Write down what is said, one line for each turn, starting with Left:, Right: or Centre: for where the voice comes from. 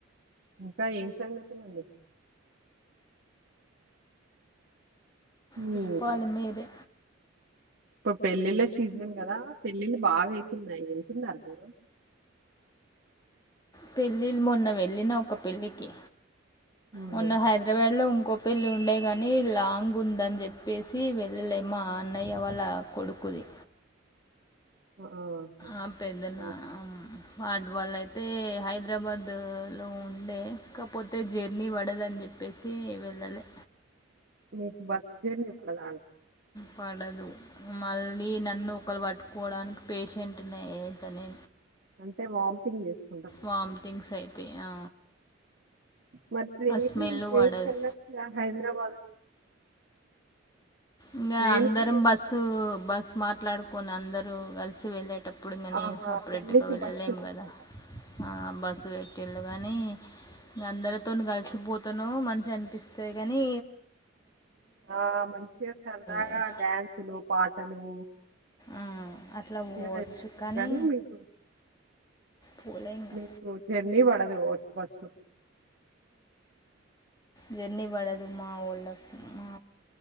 Right: ఇంకా ఏం సంగతులు అండి మీ
Left: చెప్పాలి మీరే
Right: ఇప్పుడు పెళ్ళిళ్ళ సీజన్ కదా పెళ్ళిళ్ళు బాగా అయితున్నాయి వెళ్తున్నారా మీరు
Left: పెళ్ళిల్ మొన్న వెళ్ళిన ఒక పెళ్ళికి
Right: హుహు.
Left: మొన్న హైదరాబాద్ లో ఇంకో పెళ్లి ఉండే కానీ లాంగ్ ఉందని చెప్పేసి వెళ్ళలే మా అన్నయ్య వాళ్ళ కొడుకుది
Right: ఆ! ఆహా!
Left: అ పెద్దన్న
Right: హ్మ్.
Left: వాట్వాల్ అయితే హైదరాబాద్ లో ఉండే కాకపోతే జర్నీ పడదని చెప్పి వేసి వెళ్ళాలే
Right: మీకు బస్ జర్నీ పడదా
Left: పడదు మళ్ళీ నన్ను ఒకలు పట్టు కోవడానికి పేషెంట్నే ఏదైనే
Right: అంటే వామిటింగ్ చేస్త
Left: వామిటింగ్స్ అయితాయి ఆ
Right: మరి ట్రైను
Left: స్మెల్
Right: ట్రైన్స్
Left: పడదు
Right: కు వెళ్ళోచ్చుగా హైదరాబాద్
Left: ఇంకా
Right: ట్రైన్‌కి
Left: అందరం
Right: కూడా వెళ్
Left: బస్సు బస్ మాట్లాడుకొని అందరూ కలిసి వెళ్ళ అప్పుడు ఇంకా నేను
Right: ఆహా!
Left: సపరేట్గా
Right: పెళ్ళికి
Left: వెళ్ళలేం
Right: బస్సు పెట్టారా?
Left: కదా ఆ బస్సు పెట్టి కాని అందరితో కలిసిపోతాను మంచి అనిపిస్తాంది కాని
Right: ఆ మంచిగా సరదాగా
Left: కదా
Right: డ్యాన్సులు పాటలు
Left: ఆ అట్లా పోవచ్చు
Right: మంచిగా వెళ్ళొచ్చు
Left: కానీ
Right: గానీ మీకు
Left: పోలే ఇంకా
Right: మీకు జర్నీ పడదు బస్సు
Left: జర్ని పడదు మా వోళ్ళకు మా